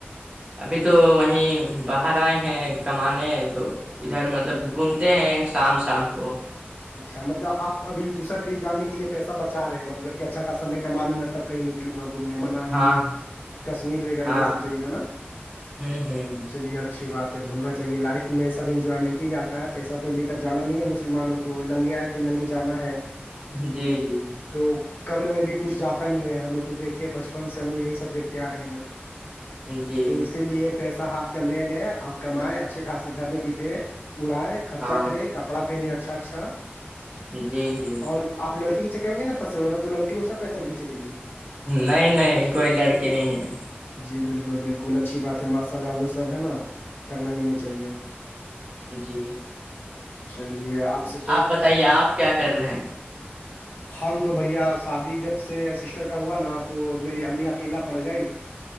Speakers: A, on the right; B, on the left.
A: ابھی تو وہیں باہر آئے ہیں کمانے تو ادھر مطلب گھومتے ہیں شام شام کو
B: اچھا مطلب آ ابھی دوسر ٹرپ جان کے لیے پیسہ بچاے ہیں مطلب کہ اچھا خاصے کما لوں گا تب کہیں نکلوں گا گھومنے منالی
A: ہاں
B: کشمیر وغیرہ
A: ہاں
B: یہ سب جاہے گا نا
A: ہوں ہوں
B: چلیے اچھی بات ہے گھومنا چاہیے لائف میں سب انجوائمنٹ ہی جاتا ہے پیسہ تو لے کر جانا نہیں ہے مسلمانوں کو کو لنگے آئے تھے لنگے جانا ہے
A: جی جی
B: تو کبور میں بھی کچھ جاتا نہیں ہے ہم لوگ تو دیکھے بچپن سے ہم لوگ یہی سب دیکھتے آ رہے ہیں
A: جی
B: تو اسی لیے پیسہ ہ میل ہے آپ کمائائے اچھے خاصے گھر میں بیتے اڑائے خرچا
A: ہاں
B: کرے کپڑا پہنے اچھا اا اچھا
A: جی جی
B: اور آپ لڑکی کے چکر میں نہیں نا پنسے ہوئے نا تو لڑکی اس سے پیسہ کھینچے لی
A: نہیں نہیں کوئی لڑکی نہیں ہے
B: جی بالکل بالکل اچھی بات ہے ماشاء اللہ وہ سب ہے نا کرنا بھی نہیں چاہیے
A: جی
B: چلیے آپ سے
A: بتائیے آپ کیا کر رہے ہیں
B: ج ہم تو بھیا شادی جب سے سسٹر کا ہوا نا تو میری امی اکیلا پڑ گئی